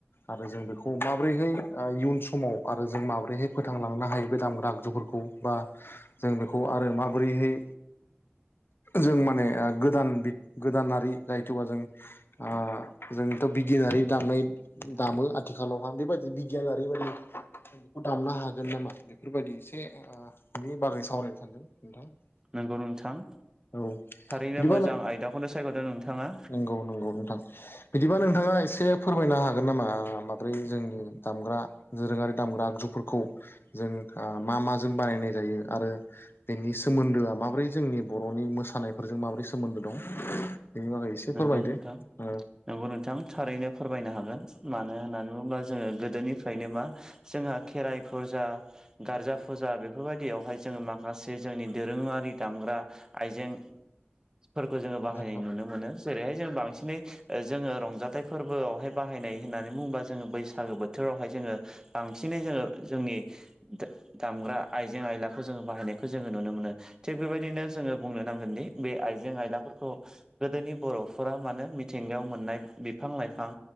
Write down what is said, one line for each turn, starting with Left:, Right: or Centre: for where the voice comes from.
Left: आरो जों बेखौ माबोरैहाय इयुन समाव आरो जों माब्रैहाय फोथांलांनो हायो बे दामग्रा आगजुफोरखौ बा जों बेखौ आरो माबोरैहाय जों माने गोदान गोदानारि जायथ'बा जों आ जोंथ' बिगियानारि दानाय दामो आथिखालावहा बेबायदि बिगियाना ओरैबायदि बेखौ दामनो हागोन नामा बेफोरबायदि एसेनि बागै सावरायनो सानदों नोंथां
Right: नंगौ नोंथां
Left: औ
Right: थारैनो
Left: बिदिबा
Right: मोजां आयदाखौनो सायख'दों नोंथाङा।
Left: नंगौ नंगौ नोंथां बिदिबा नोंथाङा एसे फोरमायनो हागोन नामा माब्रै जोंनि दामग्रा दोरोङारि दामग्रा आगजुफोरखौ जों ओ मा माजों बानायनाय जायो आरो बेनि सोमोन्दोआ माबोरै जोंनि बर'नि मोसानायफोरजों माबोरै सोमोन्दो दं? बेनि बागै एसे
Right: नोंगौ
Left: फोरमायदो
Right: नोंथां
Left: ओ
Right: नोंगौ नोंथां थारैनो फोरमायनो हागोन मानो होननानै बुङोब्ला जोङो गोदोनिफ्रायनो मा जोंहा खेराइ फुजा गारजा फुजा बेफोर बायदियावहाय जोङो माखासे जोंनि दोरोङारि दामग्रा आइजेंफोरखौ जोङो बाहायनाय
Left: नंगौ
Right: नुनो मोनो जेरैहाय जों बांसिनै ओ जोङो रंजाथाइ फोरबोआवहाय बाहायनाय होननानै बुङोबा जोङो बैसागो बोथोरावहाय जोङो बांसिनै जोङो जोंनि दा-दामग्रा आइजें आयलाखौ जोङो बाहायनायखौ जोङो नुनो मोनो थिग बेबायदिनो जोङो बुंनो नांगोनदि बे आइजें आयलाफोरखौ गोदोनि बर'फोरा मानो मिथिंगायाव मोननाय बिफां लाइफां